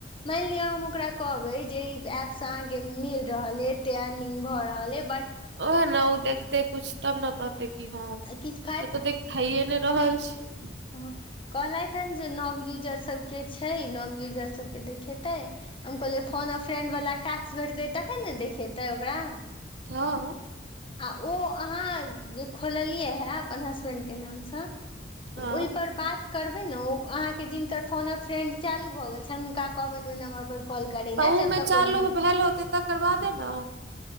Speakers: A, on the left; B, on the right.
A: मानि लिअ हम ओकरा कहबे जे ई एप से अहाँ के मिल रहल य एते अर्निंग भऽ रहल य
B: ओहना ओ देखते कुछ तबने कहते तऽ की हँ
A: किछु
B: तऽ देख खाइए नहि रहल छी
A: हँ कहलथि हेँ जे नव यूजरसभके छै नव यूजरसभके देखेतै हम कहलियै फोन फ्रेंड वालला टास्स भेटतै तखन ने देखेतै ओकरा
B: हँ
A: आ ओ अहाँ जे खोललियै हे अपन हसबेंडके नामसँ
B: हँ
A: तऽ ओहिपर बात करबै ने ओ अहाँके जिनकर फोन फ्रेन्ड चालू भऽ गेल छनि हुनका कहबनि ओहि नम्बर पर कॉल करै
B: त
A: लए जब
B: में
A: तक
B: चालू
A: ओहिमे नहि
B: ह पल होते तऽ करबा देना